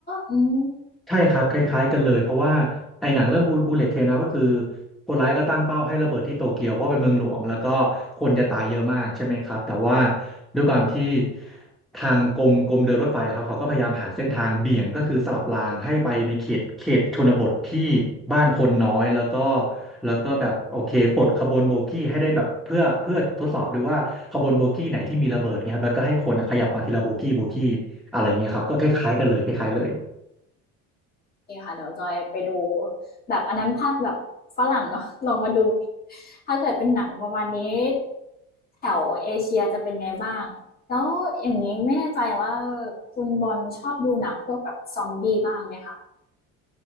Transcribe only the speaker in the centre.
ใช่ครับคล้ายๆกันเลยเพราะว่าไอ้หนังเรื่องบูเลตเทรนนะก็คือคนร้ายก็ตั้งเป้าให้ระเบิดที่โตเกียวเพราะเป็นเมืองหลวงแล้วก็คนจะตายเยอะมากใช่ไหมครับแต่ว่าด้วยความที่ทางกรมกรมเดินรถไฟครับเขาก็พยายามหาเส้นทางเบี่ยงก็คือสลับรางให้ไปในเขตเขตชนบทที่บ้านคนน้อยแล้วก็แล้วก็แบบโอเคปลดขบวนโบกี้ให้ได้แบบเพื่อเพื่อทดสอบดูว่าขบวนโบกี้ไหนที่มีระเบิดเนี่ยครับแล้วก็ให้คนขยับมาทีละโบกี้โบกี้อะไรเงี้ยครับก็คล้ายๆกันเลยคล้ายๆเลย